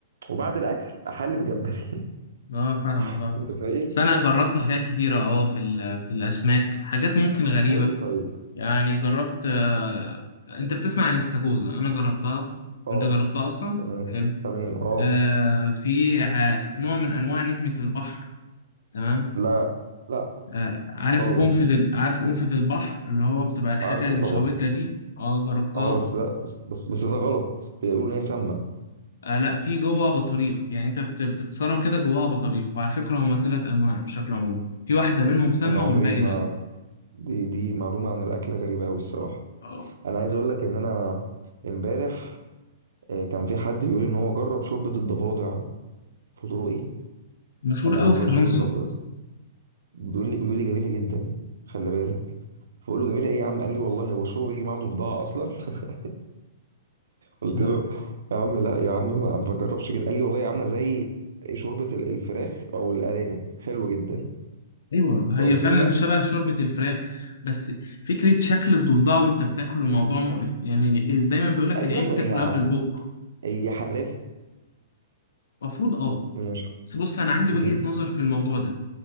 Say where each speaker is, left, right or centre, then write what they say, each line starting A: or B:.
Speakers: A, on the right (about 80°); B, on the left (about 80°).
A: وبعد الاكل احل بجمبري
B: اه فاهمك
A: <laughs>
B: اه
A: متخيل
B: بس انا جربت حاجات كتيره اه في ال- في الاسماك حاجات ممكن غريبه
A: قول لي طيب
B: يعني جربت آه انت بتسمع عن الاستاكوزا انا جربتها
A: اه
B: انت جربتها اصلا
A: تمام
B: حلو
A: تمام اه
B: آه في ع- نوع من انواع نجمه البحر تمام
A: لا لا
B: آه عارف
A: خالص
B: قنفذ ال- عارف قنفذ البحر اللي هو بتبقى الحاجه
A: عارفه
B: المشوكه
A: طبعا
B: دي اه جربتها
A: اه بس لا بس بس, بس ده غلط بيقولوا ان هي سامه
B: آه لا في جوه بطاريخ يعني انت بت- بتكسرها كده جواها بطاريخ وعلى فكره هما ثلاث انواع بشكل عمومي في واحده منهم سامه
A: انا عمري
B: والباقي
A: ما دي دي معلومه عن الاكل غريبه قوي الصراحه
B: لا
A: انا عايز اقول لك ان انا امبارح آه، كان في حد بيقول ان هو جرب شوربه الضفادع قلت له ايه
B: مشهور
A: قال لي
B: قوي
A: والله
B: في فرنسا
A: شوربه الضفادع بيقول لي بيقول لي جميله جدا خلي بالك فبقول له جميله ايه يا عم قال لي والله هو الشوربه بيجي معاها ضفدعه اصلا <laughs> قلت
B: لا
A: له يا عم لا يا عم ما ما جربش كده قال لي والله عامله زي شوربه ال- الفراخ او الارانب حلوه جدا
B: ايوه
A: فقلت
B: هي فعلا
A: له
B: شبه شوربه الفراخ بس فكره شكل الضفدع وانت بتاكله الموضوع مقرف يعني دايما بيقول لك
A: لا سيبك
B: العين بتاكل
A: من هي
B: قبل البق
A: هي حلال
B: المفروض اه
A: هي مش
B: بس بص
A: حلال.
B: انا عندي وجهه
A: ليه
B: نظر في الموضوع ده